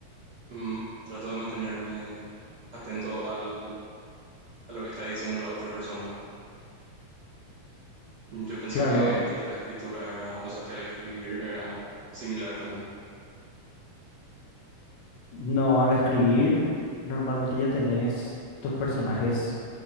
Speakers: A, on the right; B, on the left.
A: mm, trato de mantenerme atento al, a lo que está diciendo la otra persona. Yo pensé
B: Claro,
A: que, que la escritura era, o sea, que al escribir era similar también.
B: no, al escribir normalmente ya tenés tus personajes